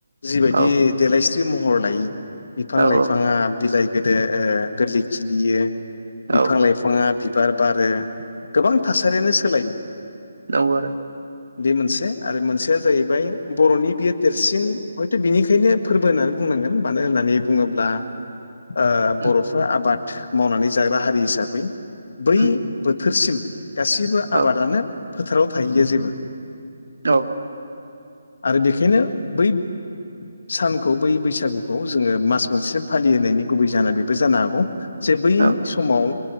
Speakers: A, on the left (about 60°); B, on the right (about 70°).
A: जिबायदि
B: औ
A: देलायस्रि महर लायो बिफां
B: औ
A: लाइफाङा बिलाइ गोदो ओ गोरलै खिलियो
B: औ
A: बिफां लाइफां बिफाङा बिबार बारो गोबां थासारियानो सोलाय
B: औ आरो
A: बे मोनसे आरो मोनसेया जाहैबाय बर'नि बियो देरसिन हयथ बिनिखायनो फोरबो होननानै बुंनांगोन मानो होननानै बुङोब्ला ओ
B: उम
A: बर'फ्रा आबाद मावनानै जाग्रा हारि हिसाबै बै
B: उम
A: बोथोरसिम गासिबो
B: औ
A: आबादानो फोथाराव थाहैयो जेबो
B: औ
A: आरो बेखायनो बै सानखौ बै बैसागुखौ जोङो मास मोनसेम फालिहोनायनि गुबै जा बेबो जानो हागौ जे बै
B: औ
A: समाव